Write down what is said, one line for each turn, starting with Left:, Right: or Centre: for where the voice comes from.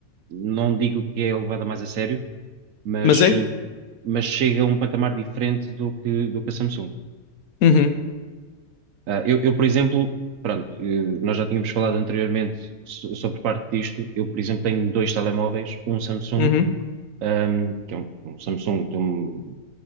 Right: não digo que é levada mais a sério, mas,
Left: Mas é?
Right: eh, mas chega a um patamar diferente do que, do que a Samsung.
Left: Uhum,
Right: Ah, eu, eu, por exemplo, pronto, eh, nós já tínhamos falado anteriormente so- sobre parte disto. Eu, por exemplo, tenho dois telemóveis, um Samsung,
Left: uhum,
Right: ahm, que é um, um Samsung de um,